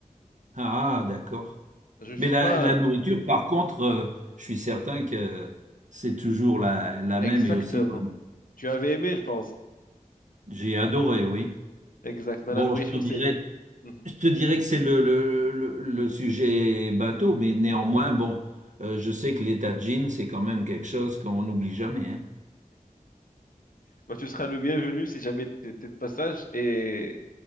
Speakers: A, on the right; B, on the left.
A: Ah, d'accord.
B: Je ne fais
A: Mais la,
B: pas
A: la nourriture, par contre, euh, je suis certain que c'est toujours la, la
B: exactement.
A: même et aussi bonne.
B: Tu avais aimé, je pense.
A: J'ai adoré, oui.
B: Exact. Mais
A: Bon,
B: la nourriture,
A: je te dirais,
B: c'est. <laughs>
A: je te dirais que c'est le, le, le- le sujet bateau, mais néanmoins, bon, euh, je sais que les tagines, c'est quand même quelque chose qu'on n'oublie jamais, hein.
B: Bah, tu seras le bienvenu si jamais t'es t'es de passage. Et